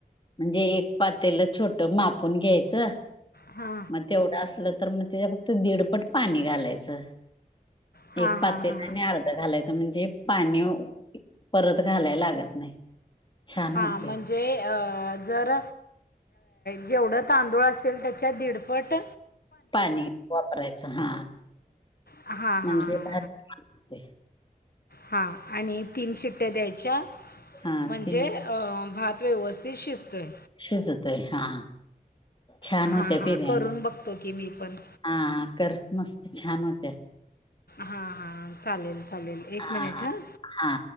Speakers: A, on the left; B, on the left.
A: म्हणजे एक पातेल छोट मापून घ्यायचं.
B: हा.
A: मग तेवढं असलं तर मग त्याच्या फक्त दीडपट पाणी घालायचं
B: हां
A: एक पातेल
B: हां हां
A: आणि अर्ध. घालायचं म्हणजे पाणी परत घालाय लागत नाही. छान
B: हां
A: होते
B: म- जे जर जेवढं तांदूळ असेल त्याच्यात दीडपट-
A: पाणी वापरायचं हा.
B: हा हा
A: म्हणजे
B: हा हा.
A: भात होते
B: हा आणि तीन शिट्ट्या द्यायच्या.
A: हा
B: म्हणजे
A: तीन
B: भात व्यवस्थित शिजतोय.
A: शिजतोय हा छान
B: हा
A: होत्या
B: हा
A: बिर्याणी
B: करून बघतो की मी पण-
A: हा कर मस्त छान होत्या.
B: हां हां चालेल चालेल एक
A: हा
B: मिनिट हां.
A: हा.